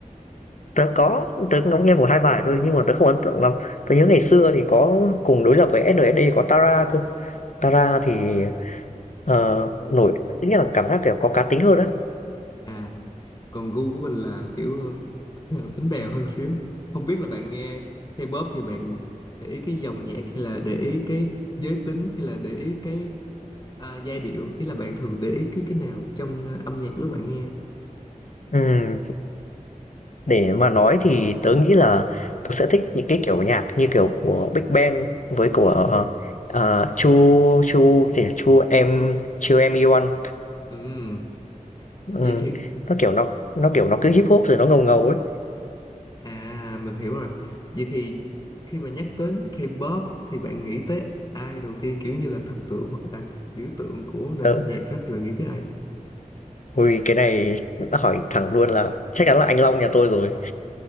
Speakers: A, on the left; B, on the left.
A: tớ có, tớ ngẫm nghe một 2 bài thôi nhưng mà tớ không ấn tượng lắm. Tớ nhớ ngày xưa thì có cùng đối lập với SNSD có Tara cơ. Tara thì, ờ, nổi tức nghĩa là cảm giác, kiểu, có cá tính hơn á.
B: À còn gu của mình là kiểu <laughs> bánh bèo hơn xíu không biết là bạn nghe K-pop thì bạn để ý cái dòng nhạc hay là để ý cái giới tính hay là để ý cái à, giai điệu ý là bạn thường để ý cái cái nào trong à, âm nhạc lúc bạn nghe
A: Ừm. Để mà nói thì tớ nghĩ là tớ sẽ thích những cái kiểu nhạc như kiểu của Big Bang với của, ờ, Chu Chu gì Chu Em
B: chưa
A: Chu Em Iwan.
B: Ừm,
A: Ừm,
B: vậy thì
A: nó, kiểu, nó nó, kiểu, nó cứ Hip Hop rồi nó ngầu ngầu ấy.
B: à mình hiểu rồi vậy thì khi mà nhắc đến K-pop thì bạn nghĩ tới ai đầu tiên kiểu như là thần tượng hoặc là biểu tượng của nền
A: Tớ
B: âm nhạc á thì bạn nghĩ tới ai
A: ôi, cái này đã hỏi thẳng luôn là chắc chắn là anh Long nhà tôi rồi,